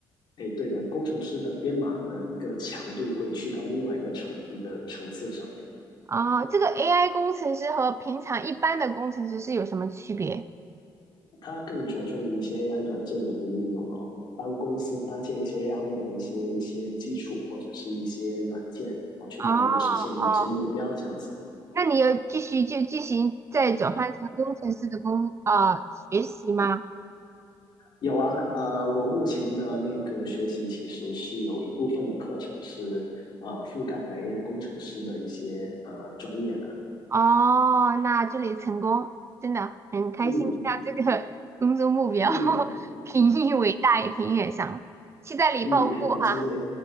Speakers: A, on the left (about 60°); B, on the right (about 35°).
A: 哎，对的，工程师的编码的一个强度会去到另外一个层一个层次上面，
B: 哦，这个 AI 工程师和平常一般的工程师是有什么区别？
A: 它更着重于一些 AI 软件的一个应用咯，帮公司搭建一些 AI 的一些一些基础或者是一些软件，好去帮他们实现某些目标这样子。
B: 哦哦，那你要继续就进行再转换成工程师的工啊、学习吗？
A: 有啊，呃，我目前的那个学习其实是有一部分的课程是呃覆盖了 AI 工程师的一些呃专业的，
B: 哦，那祝你成功，真的很开心听到这个
A: 嗯
B: <laughs> 工作目标，
A: 嗯
B: <laughs> 挺伟大也挺远想，期待你暴富哈。
A: 嗯，也很开心和你，